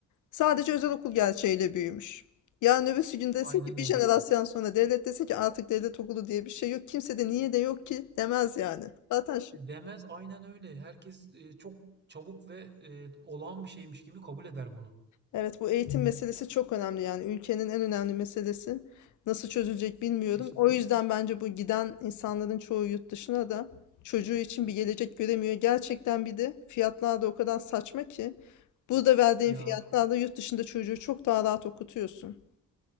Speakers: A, on the left; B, on the right.
A: sadece özel okul gerçeğiyle büyümüş. Yarın öbürsü gün desin
B: Aynen
A: ki
B: öyle.
A: bir jenerasyon sonra devlet desin ki artık devlet okulu diye bir şey yok. Kimse de niye de yok ki demez yani.
B: yani.
A: Zaten
B: Demez aynen öyle. Herkes e, çok çabuk ve e, olağan bir şeymiş gibi kabul eder bunu.
A: Evet, bu eğitim meselesi çok önemli yani ülkenin en önemli meselesi. Nasıl çözülecek bilmiyorum.
B: Kesin.
A: O yüzden bence bu giden insanların çoğu yurt dışına da çocuğu için bir gelecek göremiyor. Gerçekten bir de fiyatlar da o kadar saçma ki burada verdiğin
B: Ya
A: fiyatlarla yurt dışında çocuğu çok daha rahat okutuyorsun.